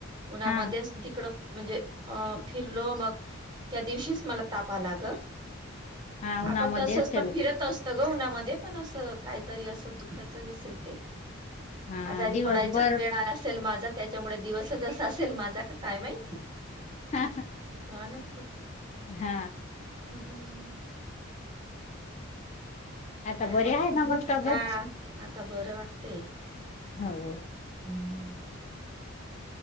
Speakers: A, on the right; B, on the left.
A: उन्हामध्येच
B: हा
A: तिकडं म्हणजे अ फिरलो मग त्या दिवशीच मला ताप आला ग
B: हा उन्हामध्ये
A: आपण तसच
B: असेल
A: पण फिरत असतं ग उन्हामध्ये पण असं काहीतरी असं दुखायचंच असेल ते.
B: हा
A: आजारी
B: दिवसभर
A: पडायचाच वेळ आला असेल माझा त्याच्यामुळे दिवस जस असेल माझा का काय माहित?
B: हा
A: हा ना?
B: हा
A: हम्म.
B: आता
A: काय
B: बरी
A: मग
B: आहे
A: बबले?
B: ना तब्येत?
A: हा, आता बरं वाटतय
B: हा वे.
A: हम्म.